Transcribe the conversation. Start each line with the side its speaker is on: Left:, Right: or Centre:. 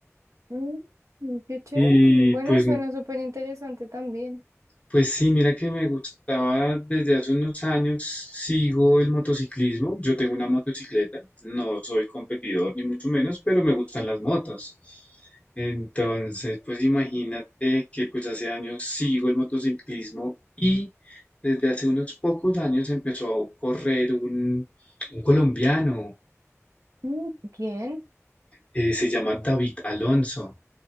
Right: Mm, mm, qué chévere.
Left: Y
Right: Bueno,
Left: pues
Right: suena súper interesante también.
Left: Pues sí, mira que me gustaba desde hace unos años, sigo el motociclismo, yo tengo una motocicleta, no soy competidor ni mucho menos, pero me gustan las motos. Entonces, pues imagínate que pues hace años sigo el motociclismo y desde hace unos pocos años empezó a correr un, un colombiano,
Right: Mm, ¿quién?
Left: eh, se llama David Alonso.